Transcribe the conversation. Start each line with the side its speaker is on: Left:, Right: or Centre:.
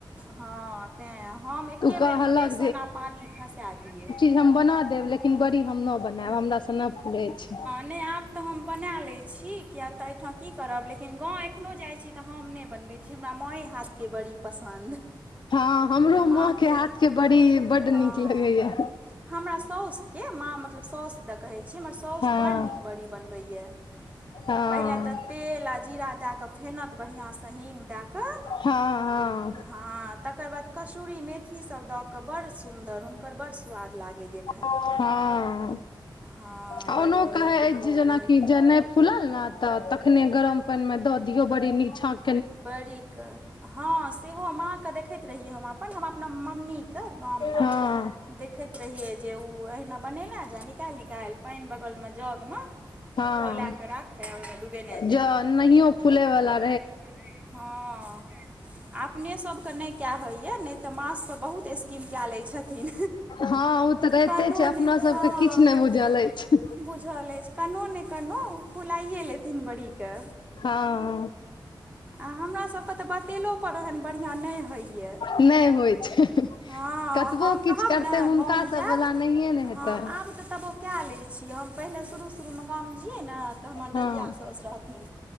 Right: हँ तेंए हम एक्के
Left: ओ कहलक
Right: बेर मे बेसन आ पानी खसेए दियै।
Left: इ हम बना देब लेकिन बड़ी हम नऽ बनाएब हमरा सँ न फुलै छै।
Right: नै आब तऽ हम बनेए लै छी किया तऽ अइठां की करब लेकिन गाँव एखनो जाइ छी तऽ हम नै बनबै छी हमरा मांए हाथ के बड़ी पसन्द।
Left: हँ हमरो
Right: माँके
Left: माँ के हाथ के बड़ी बड्ड
Right: हँ
Left: नीक लगैये।
Right: हमरा सौस के माँ मतलब सौस दऽ कहै छी हमर सौस
Left: हँ
Right: बड़ नीक बड़ी बनबैये
Left: हँ
Right: पहिले त तेल आ जीरा देए कऽ फेनत बढ़ियां सँ हींग देए कऽ
Left: हँ हँ
Right: हाँ। तकर बाद कसूरी मेथी सब दऽ कऽ बड़ सुन्दर हुनकर बड़ सुवाद लागैये।
Left: हँअ
Right: हँ
Left: आ
Right: बड़ी
Left: ओनो कहै
Right: कुम्हरौरी
Left: अइछ जे जेना कि जे नै फूलल ने तऽ तखने गरम पानि मे द दियौ बड़ी नीक छाक
Right: बड़ी के हँ सेहो हम मां के देखैत रहियै हम अपन हम अपना मम्मी के। तऽ गाम मे
Left: हँ
Right: देखैत रहियै जे उ अहिना बनेने जाय निकालि- निकालि पाइन बगल मे जग मे
Left: हँ
Right: खौला कऽ राखय आ ओइमे डूबेने जाय।
Left: जँ नहियो फुलै बला
Right: रहै छै हँ। आ अपने सबके नै केए होइये नै तऽ मां सँ त बहुत स कीन केए लै छथिन
Left: हँ ओ तऽ रहिते
Right: कनो
Left: छै अपना
Right: नै।
Left: सबके
Right: हॅं।
Left: किछु नहि बुझल अछि
Right: बुझल अइछ कनो नै कनो ओ फुलाइये लेथिन बड़ी के।
Left: हँ।
Right: आ हमरा सबके तऽ बतेलो पर ओहेन बढ़ियां नै होइये।
Left: नहि होइ छै
Right: हॅंअ
Left: कतबो
Right: हम
Left: किछु
Right: कहब
Left: करतै
Right: ने
Left: हुनका
Right: गाम
Left: सब
Right: जैब
Left: वला नहिए ने हेतै
Right: हँ आब ते तबो केए लै छियै हम पहिले शुरू- शुरू मे गाम जैइयै ने तऽ हमर
Left: हँ
Right: ददिया साउस रहथिन